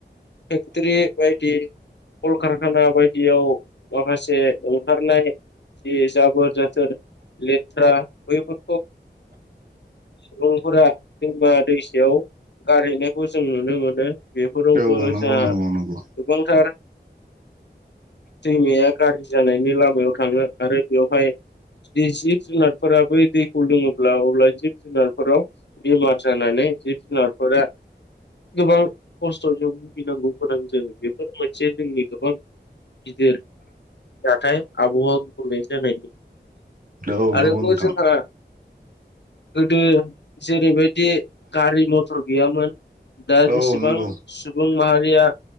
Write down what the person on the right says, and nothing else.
औ नंगौ
नंगौ नंगौ
औ
नंगौ नोंथां
औ
नंगौ